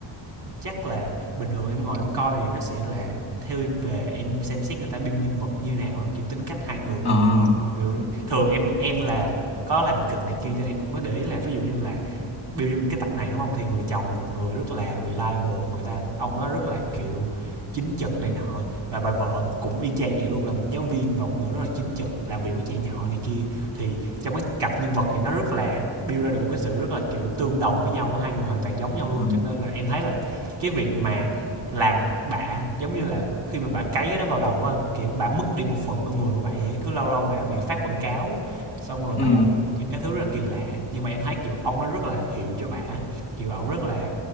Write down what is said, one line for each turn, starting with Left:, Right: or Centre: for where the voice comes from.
Right: chắc là bình thường em ngồi em coi thì nó sẽ là thiên về em xem xét người ta build nhân vật như nào á, kiểu tính cách hai người
Left: Ờ,
Right: á. Hiểu Thường em em là có làm kịch này kia cho nên em cũng có để ý là ví dụ như là build trong cái tập này, đúng không Thì người chồng là một người rất là reliable, người ta ông đó rất là, kiểu, chính trực này nọ, và bà vợ cũng y chang vậy luôn, là một giáo viên và một người rất là chính trực, làm việc với trẻ nhỏ này kia. Thì trong cái cặp nhân vật này nó rất là build ra được một cái sự rất là, kiểu, tương đồng với nhau hai người hoàn toàn giống nhau luôn,
Left: đúng rồi.
Right: cho nên là em thấy là cái việc mà làm bạ giống như là khi mà bà cấy cái đó vào đầu á anh kiểu bà mất đi một phần con người của bà ấy. cứ lâu lâu bà bị phát quảng cáo xong rồi bà
Left: Ừ,
Right: những cái thứ rất là kỳ lạ nhưng mà em thấy kiểu ông nó rất là hiểu cho bà kiểu ông rất là